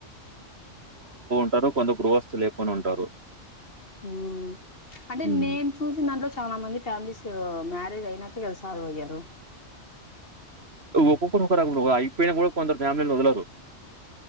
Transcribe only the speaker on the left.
మ్ అంటే
నేను చూసిన దాంట్లో చాలా మంది ఫ్యామిలీస్ మ్యారేజ్ అయినాకే కదా సాధువు అయ్యారు